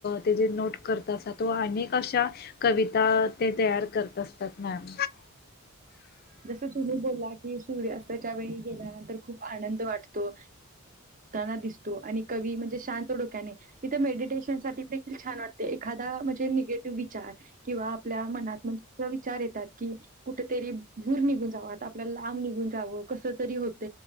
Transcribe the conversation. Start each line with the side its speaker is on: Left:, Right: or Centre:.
Left: तेजे नोट करतासा तो अनेक अशा कविता ते तयार कर. होतं असता मॅम.
Right: जस तुम्ही बला की सूर्यास्ताच्या वेळी गेल्यानंतर खूप आनंद वाटतो. ना दिसतो आणि क म्हणजे शांत डोक्याने तिथ मेडिटेशन सा देील छान वाते एखा म्हणजे निगेटिव्ह विचार किंवा आपल्या मनातणज विचार येतात. कि कुठेतरी भूर निघून जाव आता आपल्याला लांब निघून जावं कस तरी होत